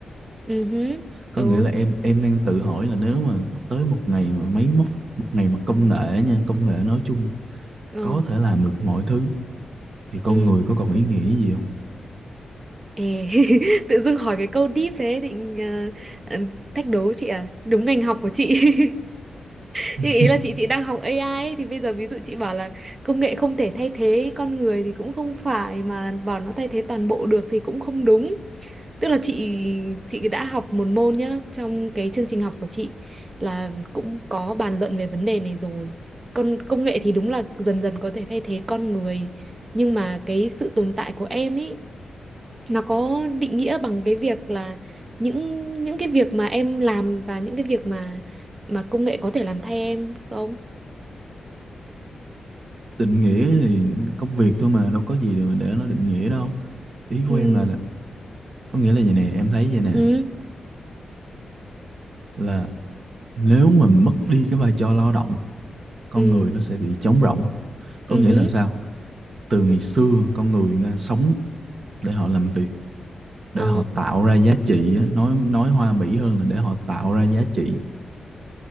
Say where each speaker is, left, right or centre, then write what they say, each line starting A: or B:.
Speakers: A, on the right; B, on the right.
A: ừ hứ,
B: Có
A: ừ
B: nghĩa là em em đang tự hỏi là nếu mà tới một ngày mà máy móc, một ngày mà công nghệ nha, công nghệ nói chung
A: ờ
B: có thể làm được mọi thứ thì con
A: ừ
B: người có còn ý nghĩa gì không?
A: Ê, <laughs> tự dưng hỏi cái câu deep thế định ờ, ờ, thách đố chị à đúng ngành học của chị <laughs>
B: <laughs>
A: nhưng ý là chị chị đang học AI ấy, thì bây giờ ví dụ chị bảo là công nghệ không thể thay thế con người thì cũng không phải mà bảo nó thay thế toàn bộ được thì cũng không đúng tức là chị chị đã học một môn nhá trong cái chương trình học của chị là cũng có bàn luận về vấn đề này rồi con công nghệ thì đúng là dần dần có thể thay thế con người nhưng mà cái sự tồn tại của em ý nó có định nghĩa bằng cái việc là những những cái việc mà em làm và những cái việc mà mà công nghệ có thể làm thay em không
B: Định nghĩa thì công việc thôi mà đâu có gì để mà để nó định nghĩa đâu. ý
A: thì
B: của em là là- có nghĩa là vậy nè em thấy vậy nè
A: ừ
B: là nếu mà mất đi cái vai trò lao động con
A: ừ
B: người nó sẽ bị trống rỗng có
A: ừ
B: nghĩa
A: hứ,
B: là sao từ ngày xưa con người nghe, sống để họ làm việc để
A: ờ
B: họ tạo ra giá trị á, nói nói hoa mỹ hơn là để họ tạo ra giá trị